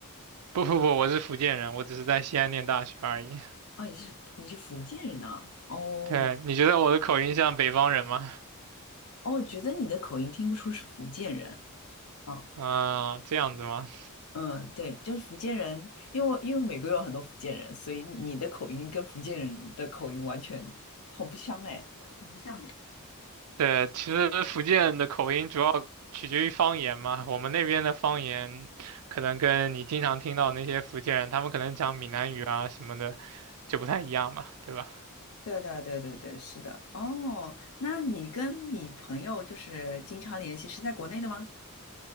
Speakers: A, on the right; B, on the left.
A: 不不不，我是福建人，我只是在西安念大学而已。
B: 哦，你是你是福建人呐、哦
A: 对，你觉得我的口音像北方人吗？
B: 哦，觉得你的口音听不出是福建人。哦，
A: 啊、这样子吗？
B: 嗯，对，就是福建人，因为因为美国有很多福建人，所以你的口音跟福建人的口音完全很不相哎。很不像哎。
A: 对，其实福建的口音主要取决于方言嘛。我们那边的方言，可能跟你经常听到那些福建人，他们可能讲闽南语啊什么的，就不太一样嘛，对吧？
B: 对对对对对，是的。哦，那你跟你朋友就是经常联系，是在国内的吗？